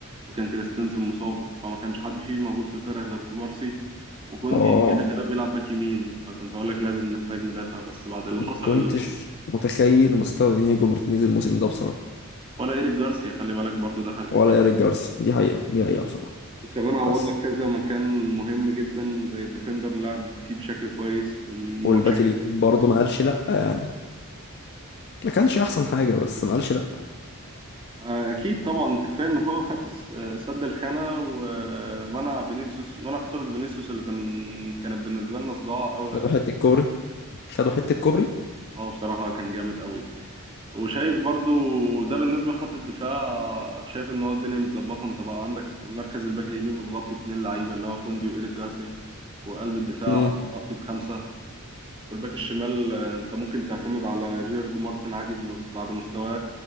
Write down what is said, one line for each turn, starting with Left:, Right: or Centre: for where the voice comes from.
Right: وكان كريستنسن مصاب فما كانش حد فيه موجود في الفرقة غير كوبارسي وكوندي
Left: اه
Right: كده كده بيلعب باك يمين فكنت هقول لك لازم نحتاج مدافع بس بعد اللي حصل
Left: كنتش
Right: اللي حصل
Left: متخيل مستوى انيجو مارتينيز الموسم ده بصراحة
Right: ولا ايريك جارسيا خلي بالك برضو دخل في
Left: ولا
Right: الحسبة
Left: ايريك جارسيا دي حقيقة دي حقيقة بصراحة
Right: كمان عوض
Left: بس
Right: لك كذا مكان مهم جدا زي الديفندر اللي لعب فيه بشكل كويس والماتشين
Left: والباك اليمين برضه ما قالش لا يعني ما كانش احسن حاجة بس ما قالش لا
Right: آه، اكيد طبعا كفايه ان هو خد الس- آه، سد الخانه ومنع فينيسيوس منع خطوره فينيسيوس اللي كان كانت بالنسبه لنا صداع قوي
Left: خدوا حتة كوبري خدوا حتة كوبري
Right: اه بصراحه كان جامد قوي وشايف برضو ده بالنسبه لخط الدفاع شايف ان هو الدنيا متظبطه انت بقى عندك مركز الباك اليمين متغطي باتنين لعيبه اللي هو كوندي وايريك جارسيا وقلب الدفاع
Left: امم
Right: متغطي بخمسه والباك الشمال آه، انت ممكن تعتمد على جيرارد مارتن عادي م- بعد مستواه